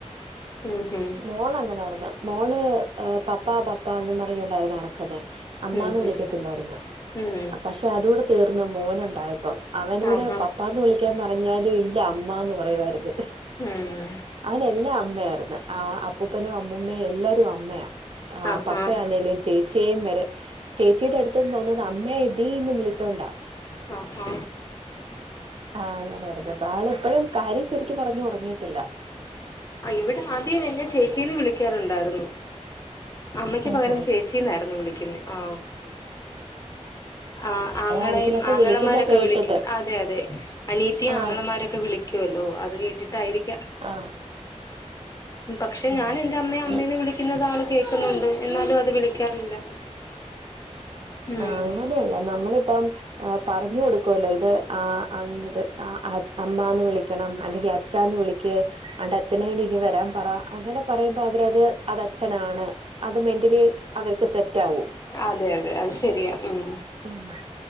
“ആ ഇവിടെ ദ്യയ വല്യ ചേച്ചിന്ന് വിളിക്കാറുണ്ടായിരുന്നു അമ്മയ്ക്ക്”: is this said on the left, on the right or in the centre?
Left